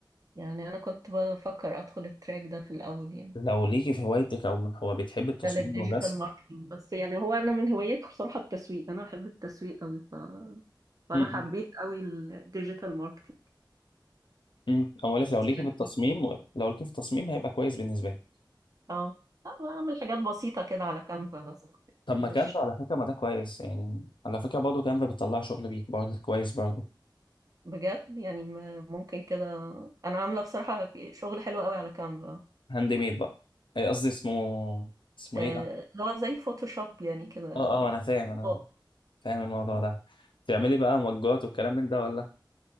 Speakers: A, on the right; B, on the left.
A: يعني انا كنت بفكر ادخل التراك ده في الاول يعني
B: لو ليكي في هوايتك أو من هو بتحب التصميم
A: ده للديجيتال
B: والرسم
A: ماركتنج بس يعني هو انا من هواياتي بصراحة التسويق انا بحب التسويق قوي ف... فانا
B: م-
A: حبيت قوي الديجيتال ماركتنج
B: م. أقولك لو ليكي
A: <laughs>
B: في التصميم لو ليكي في التصميم هيبقى كويس بالنسبة لي
A: اه آه، بعمل حاجات بسيطة كده على كانفا بس
B: طب ما
A: مش
B: كانفا على فكرة ما ده كويس يعني على فكرة برضه كانفا بتطلع شغل بيك برضه كويس برضه
A: بجد يعني م- ممكن كده انا عامله بصراحه شغل حلو قوي على كانفا
B: هاند ميد بقى أي قصدي اسمه اسمه
A: آه،
B: إيه ده؟
A: اللي هو زي فوتوشوب يعني كده
B: أه أه أنا فاهم أنا
A: آه،
B: فاهم الموضوع ده تعملي بقى مجات والكلام من ده ولا